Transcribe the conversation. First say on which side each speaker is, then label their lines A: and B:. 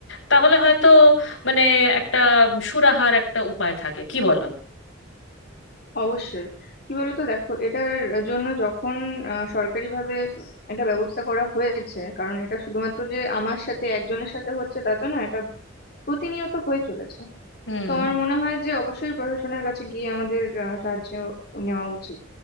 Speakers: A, on the left (about 80°); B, on the left (about 55°).
A: তাহলে হয়তো মানে একটা সুরাহার একটা উপায় থাকে কি বলো
B: অবশ্যই কি বলতো দেখো এটার জন্য যখন আহ, সরকারিভাবে একটা ব্যবস্থা করা হয়েছে কারণ এটা শুধুমাত্র যে আমার সাথে একজনের সাথে হচ্ছে তা তো না এটা প্রতিনিয়ত হয়ে চলেছে
A: হুম
B: তো আমার মনে হয় যে অবশ্যই প্রশাসনের কাছে গিয়ে আমাদের আহ, সাহায্য নেওয়া উচিত